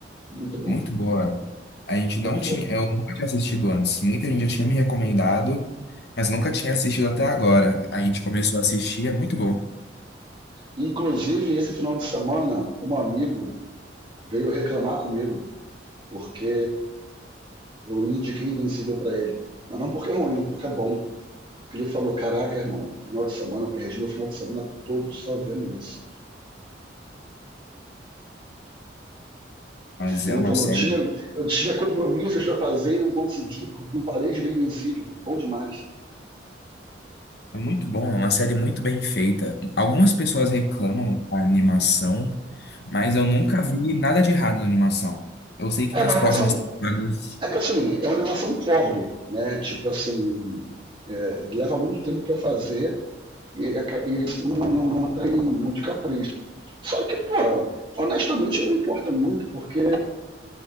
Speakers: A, on the right; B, on the left.
A: Muito bom,
B: Muito boa. A gente
A: muito
B: não tinha,
A: bom.
B: eu nunca tinha assistido antes. Muita gente já tinha me recomendado, mas nunca tinha assistido até agora. A gente começou a assistir, é muito bom.
A: Inclusive, esse final de semana, um amigo veio reclamar comigo porque eu indiquei Invencível pra ele. Mas não porque é ruim, porque é bom. Porque ele falou, caraca, irmão, final de semana, eu perdi meu final de semana todo só vendo isso.
B: Mas
A: Ele
B: é uma
A: falou,
B: série
A: tinha, eu tinha compromissos para fazer e não consegui, porque não parei de ver Invencível. É Bom demais.
B: é muito bom, é uma série muito bem feita. Algumas pessoas reclamam da animação, mas eu nunca vi nada de errado na animação. Eu sei que
A: É
B: nas
A: uma animação,
B: próximas temporadas.
A: é que assim, é uma animação pobre, né? Tipo assim, é, leva muito tempo para fazer e, e assim, não, não, não tem muito capricho. Só que, pô, honestamente não importa muito, porque